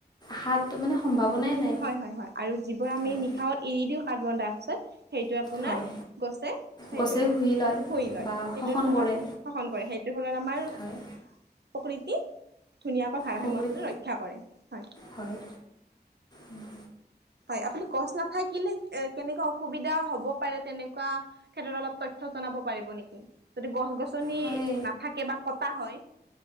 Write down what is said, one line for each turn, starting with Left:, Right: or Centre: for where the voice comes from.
Left: হাটো মানে- সম্ভাৱনাই নাই।
Right: হয় হয় হয় আৰু যিবোৰ আমি
Left: হয়
Right: নিশাহত এৰি দিওঁ কাৰ্বন ডাই অক্সাইড। সেইটো আপোনাৰ
Left: হয়
Right: গছে সেইটো
Left: গছে শুহি লয়
Right: শুই লয়,
Left: বা
Right: সেইটোৰ
Left: শোষণ
Right: ফলত-
Left: কৰে
Right: শাসন কৰে সেইটোৰ ফলত আমাৰ-
Left: হয়
Right: প্ৰকৃতি ধুনীয়াকৈ ভাৰাসাম্যটো
Left: পুখুৰীত
Right: ৰক্ষা কৰে হয়।
Left: হয়, উম
Right: হয় আপুনি গছ নাথাকাকিলে কেনেকুৱা অসুবিধা হব পাৰে, তেনেকুৱা- ক্ষেত্ৰত অলপ তথ্য জনাব পাৰিব নেকি, যদি গছ গছনি
Left: হয়
Right: নাথাকে বা কটা হয়-